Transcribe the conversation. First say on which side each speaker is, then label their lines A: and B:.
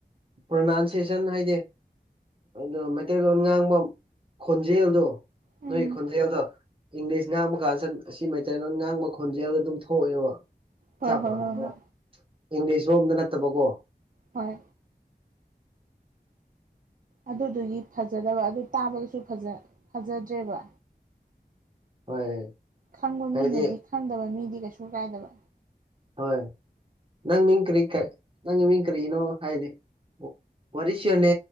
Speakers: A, on the right; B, on the right.
A: ꯄ꯭ꯔꯣꯅꯥꯟꯁꯤꯌꯦꯁꯟ ꯍꯥꯏꯗꯤ ꯑꯗꯣ ꯃꯩꯇꯩꯂꯣꯟ ꯉꯥꯡꯕ ꯈꯣꯟꯖꯦꯜꯗꯣ
B: ꯎꯝ
A: ꯅꯣꯏ ꯈꯣꯟꯖꯦꯜꯗꯣ ꯏꯪꯂꯤꯁ ꯉꯥꯡꯕ ꯀꯥꯟ ꯁꯗ ꯑꯁꯤ ꯃꯩꯇꯩꯂꯣꯟ ꯉꯥꯡꯕ ꯈꯣꯟꯖꯦꯜꯗ ꯑꯗꯨꯝ ꯊꯣꯛꯑꯦꯕ
B: ꯍꯣꯏ
A: ꯆꯞ
B: ꯍꯣꯏ
A: ꯃꯥꯟꯅꯅ
B: ꯍꯣꯏ ꯍ
A: ꯏꯪꯂꯤꯁ ꯔꯣꯝꯗ ꯅꯠꯇꯕꯀꯣ
B: ꯍꯣꯏ ꯑꯗꯨꯗꯨꯒꯤ ꯐꯖꯗꯕ ꯑꯗꯨ ꯇꯥꯕꯗꯁꯨ ꯐꯖꯗ꯭ꯔꯦꯕ
A: ꯍꯣꯏ
B: ꯈꯪꯕ
A: ꯍꯥꯏꯗꯤ
B: ꯃꯤꯅꯗꯤ ꯈꯪꯗꯕ ꯃꯤꯗꯤ ꯀꯩꯁꯨ ꯀꯥꯏꯗꯕ
A: ꯍꯣꯏ ꯅꯪ ꯃꯤꯡ ꯀꯔꯤ ꯀ ꯅꯪꯒꯤ ꯃꯤꯡ ꯀꯔꯤꯅꯣ ꯍꯥꯏꯗꯤ ꯄꯔꯤꯁꯣꯅꯦ